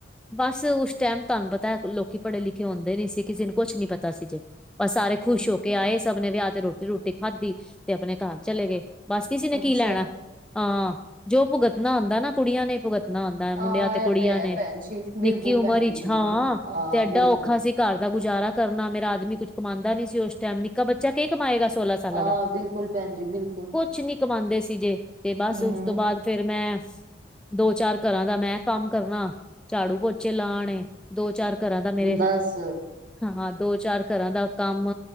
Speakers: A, in the centre; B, on the right (about 45°).
A: ਬਸ ਉਸ ਟਾਈਮ ਤੁਹਾਨੂੰ ਪਤਾ ਲੋਕੀ ਪੜ੍ਹੇ ਲਿਖੇ ਹੁੰਦੇ ਨੀ ਸੀ ਕਿਸੇ ਨੂੰ ਕੁਛ ਨੀ ਪਤਾ ਸੀ ਜੇ ਪਰ ਸਾਰੇ ਖੁਸ਼
B: ਅੱਛਾ
A: ਹੋ ਕੇ ਆਏ ਸਭ ਨੇ ਵਿਆਹ ਤੇ ਰੋਟੀ ਰੂਟੀ ਖਾਧੀ ਤੇ ਆਪਣੇ ਘਰ ਚਲੇ ਗਏ। ਬਸ ਕਿਸੇ ਨੇ
B: ਅੱਛਾ
A: ਕੀ ਲੈਣਾ, ਹਾਂ ਜੋ ਭੁਗਤਣਾ ਹੁੰਂਦਾ ਨਾ ਕੁੜੀਆਂ ਨੇ ਭੁਗਤ ਹੁੰਦਾ
B: ਹਾਂ
A: ਮੁੰਡਿਆਂ ਤੇ ਕੁੜੀਆਂ
B: ਇਹ ਹੈ
A: ਨੇ,
B: ਭੈਣ ਜੀ ਬਿਲਕੁਲ
A: ਨਿੱਕੀ ਉਮਰ
B: ਭੈਣ
A: ਵਿਚ
B: ਜੀ ਬਿਲਕੁਲ
A: ਹਾਂ
B: ਹਾਂ
A: ਤੇ ਐਡਾ
B: ਬਿਲਕੁਲ
A: ਔਖਾ ਅਸੀ ਘਰ ਦਾ ਗੁਜ਼ਾਰਾ ਕਰਨਾ, ਮੇਰਾ ਆਦਮੀ ਕੁੱਛ ਕਮਾਂਦਾ ਨੀ ਸੀ ਉਸ ਟੈਮ ਨਿੱਕਾ ਬੱਚਾ ਕੇ ਕਮਾਏਗਾ। ਸੋਲਾਂ ਸਾਲਾਂ
B: ਹਾਂ
A: ਦਾ,
B: ਬਿਲਕੁਲ ਭੈਣ ਜੀ ਬਿਲਕੁਲ
A: ਕੁਛ ਨੀ ਕਮਾਦੇ ਸੀ ਜੇ ਤੇ ਬਸ
B: ਹੂੰ
A: ਉਸ ਤੋਂ ਬਾਅਦ ਫੇਰ ਮੈਂ, ਦੋ ਚਾਰ ਘਰਾਂ ਦਾ ਮੈਂ ਕੰਮ ਕਰਨਾ। ਝਾੜੂ ਪੋਚੇ ਲਾ ਆਣੇ, ਦੋ ਚਾਰ ਘਰਾਂ ਦਾ ਮੇਰੇ
B: ਬਸ
A: ਹਾਂ ਦੋ ਚਾਰ ਘਰਾਂ ਦਾ ਕੰਮ